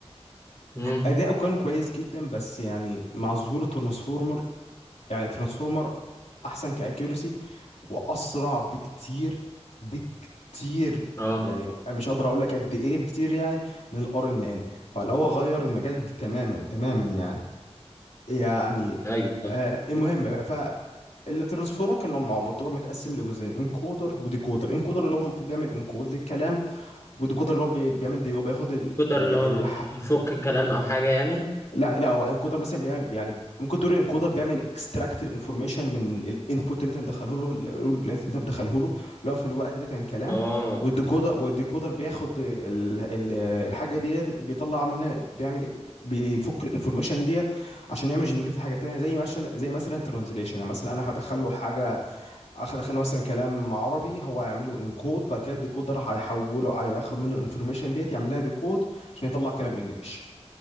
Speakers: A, on the left; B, on the left.
A: مم.
B: اداؤه كان كويس جدا بس يعني مع ظهور الترانسفورمر يعني ترانسفورمر احسن كاكيورسي واسرع بكتير بكتير
A: اه
B: يعني مش هقدر اقول لك قد ايه بكتير يعني من الار ان ان فلو هو غير المجال تماما تماما يعني يعني
A: ايوه صح.
B: آه المهم فالترانسفورم كان مع- معتبر متقسم لجزئين انكودر وديكودر انكودر اللي هو المفروض بيعمل انكود للكلام وديكودر اللي هو بي- بيعمل دي هو بياخد ال
A: قدر
B: ال
A: اللي هو
B: ال
A: يفك الكلام او حاجه يعني
B: لا لا هو انكودر مثلا بيعمل يعني ممكن تقول الانكودر بيعمل اكستراكت الانفورميشن من الانبوت اللي انت مدخله له اللي انت مدخله له لو في الوقت ده كان كلام
A: اه
B: والديكودر والديكودر بياخد ال ال الحاجه ديت بيطلع منها بيعمل بيفك الانفورميشن ديت عشان يعمل جنريت لحاجه تانيه زي مثلا زي مثلا الترانزليشن يعني مثلا انا هدخل له حاجه هدخل له مثلا كلام عربي هو هيعمله انكود بعد كده الديكودر هيحوله هياخد منه الانفورميشن ديت يعمل لها ديكود عشان يطلع كلام انجلش